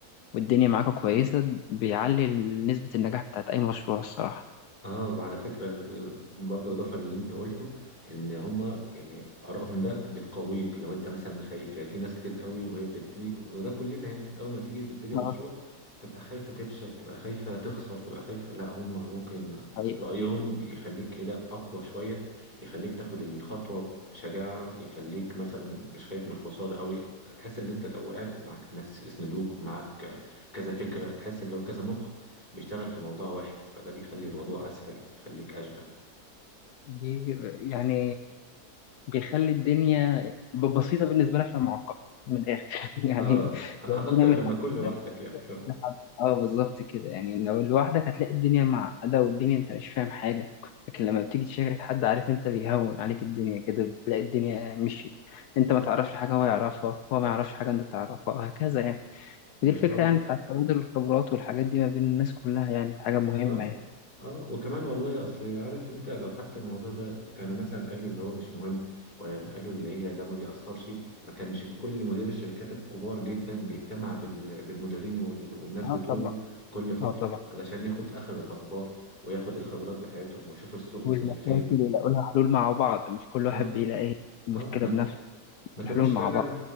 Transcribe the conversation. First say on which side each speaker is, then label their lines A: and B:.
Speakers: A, on the left; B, on the left.
A: والدنيا معاك كويسة بيعلي نسبة النجاح بتاعت أي مشروع الصراحة
B: اه وعلى فكرة ال- برضه اضافة للي انت قلته ان هما يعني ارائهم ده بتقويك لو انت مثلا خايف يعني في ناس كتير قوي وهي بتبتدي وده كلنا يعني اول ما تيجي تبتدي مشروع
A: اه
B: تبقى خايفة تفشل تبقى خايفة تخسر تبقى خايفة لا هما ممكن
A: حقيقي
B: رأيهم يخليك ايه ده اقوى شوية يخليك تاخد الخطوة بشجاعة يخليك مثلا مش خايف من الخسارة قوي تحس ان انت لو وقعت معاك ناس يسندوك معاك كذا فكرة تحس ان هو كذا مخ بيشتغل في موضوع واحد فده بيخلي الموضوع اسهل بيخليك اشجع
A: دي يعني بيخلي الدنيا ب- بسيطة بالنسبة لك للمعقد من الآخر <laughs> يعني
B: اه <laughs> اكتر
A: الدنيا متعقدة
B: لما تكون لوحدك يعني اه
A: لحد- اه بالظبط كده يعني لو لوحدك هتلاقي الدنيا معقدة والدنيا انت مش فاهم حاجة لكن لما بتيجي تشارك حد عارف انت بيهون عليك الدنيا كده بتلاقي الدنيا مشيت انت ما تعرفش حاجة هو يعرفها هو ما يعرفش حاجة انت تعرفها وهكذا يعني
B: بالظبط
A: ودي الفكرة يعني بتاعت تبادل الخبرات والحاجات دي ما بين الناس كلها يعني حاجة مهمة
B: اه
A: يعني
B: اه وكمان والله اصل عارف انت لو حتى الموضوع ده كانوا مثلا قالوا اللي هو مش مهم ولا قالوا اللي هي ده ما بيأثرش ما كانش كل مدير الشركات الكبار جدا بيجتمع بال- بالمديرين وال- والناس
A: اه
B: بتوعه
A: طبعا
B: كل فترة
A: اه طبعا
B: علشان ياخد اخر الاخبار وياخد الخبرات بتاعتهم ويشوف السوق وصل
A: والمشاكل
B: لفين
A: يلاقوا لها حلول مع بعض مش كل واحد
B: اه
A: بيلاقي المشكلة
B: اه ما
A: بنفسه
B: ك- ما كانوش
A: الحلول مع
B: فعلا
A: بعض